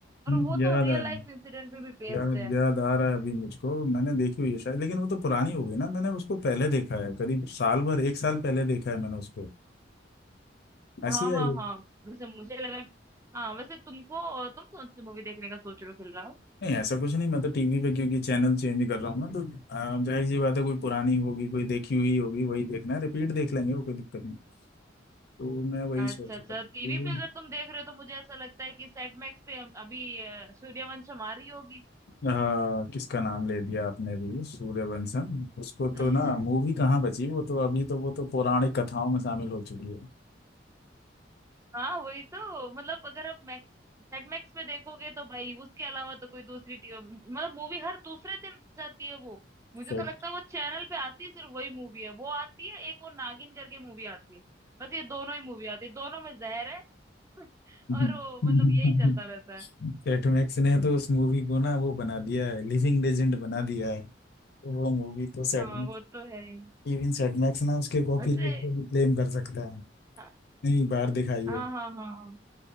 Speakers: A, on the right; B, on the left.
A: और
B: हम्म,
A: वो
B: याद
A: तो रियल
B: आ
A: लाइफ इंसिडेंट पे भी बेस्ड
B: याद
A: है
B: याद आ रहा है अभी मुझको मैंने देखी हुई है शायद लेकिन वो तो पुरानी हो गई ना मैंने उसको पहले देखा है करीब साल भर एक साल पहले देखा है मैंने उसको ऐसी
A: हाँ
B: ही
A: हाँ
B: आई हो
A: हाँ वैसे मुझे लगा हाँ वैसे तुमको तुम कौन सी मूवी देखने का सोच रहे हो फिलहाल
B: नहीं ऐसा कुछ नहीं मैं तो टीवी पे क्योंकि चैनल चेंज कर रहा हूँ ना तो आ, जाहिर सी बात है कोई पुरानी होगी कोई देखी हुई होगी वही देखना है रिपीट देख लेंगे वो कोई दिक्कत नहीं तो मैं वही
A: अच्छा
B: सोच
A: अच्छा
B: रहा था
A: टीवी
B: तो
A: पे अगर तुम देख रहे हो तो मुझे ऐसा लगता है कि सेट मैक्स पे अभी अ, सूर्यवंशम आ रही होगी
B: आ, किसका नाम ले दिया आपने भी सूर्यवंशम उसको
A: <laughs>
B: तो ना मूवी कहाँ बची वो तो अभी तो वो तो पौराणिक कथाओं में शामिल हो चुकी है
A: हाँ वही तो मतलब अगर आप मैक्स सेट मैक्स पे देखोगे तो भाई उसके अलावा तो कोई दूसरी टी- मतलब मूवी हर दूसरे दिन आ जाती है वो मुझे
B: सेट
A: तो लगता है वो चैनल पे आती है सिर्फ वही मूवी है वो आती है एक वो नागिन करके मूवी आती है बस ये दोनों ही मूवी आती है दोनों में जहर है <laughs>
B: <laughs>
A: और वो मतलब यही चलता रहता है
B: सेट मैक्स ने तो उस मूवी को ना वो बना दिया है लिविंग लेजेंड बना दिया है तो वो मूवी तो Set
A: हाँ
B: Max
A: वो तो है ही।
B: even Set Max ना उसके कॉपीराइट
A: वैसे
B: को भी क्लेम कर सकता है
A: हाँ
B: नहीं बार दिखाइए
A: हाँ हाँ हाँ